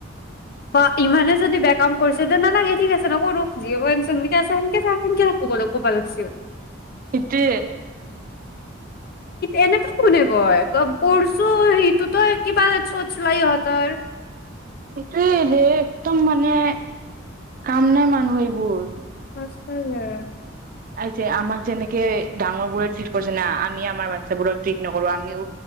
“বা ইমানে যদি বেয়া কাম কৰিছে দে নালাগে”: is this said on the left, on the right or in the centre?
Left